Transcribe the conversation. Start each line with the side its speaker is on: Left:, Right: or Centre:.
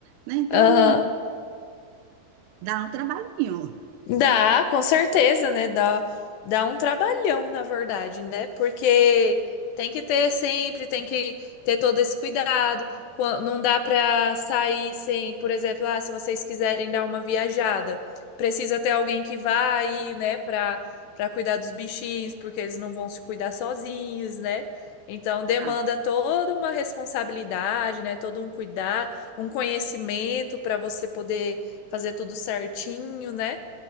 Right: né? Então,
Left: Aham.
Right: Dá um trabalhinho.
Left: Dá, com certeza, né? Dá, dá um trabalhão, na verdade, né? Porque tem que ter sempre, tem que ter todo esse cuidado. Quan- Não dá para sair sem, por exemplo, ah, se vocês quiserem dar uma viajada, precisa ter alguém que vá aí, né, para para cuidar dos bichinhos, porque eles não vão se cuidar sozinhos, né? Então
Right: Exato.
Left: demanda toda uma responsabilidade, né? Todo um cuidado, um conhecimento para você poder fazer tudo certinho, né?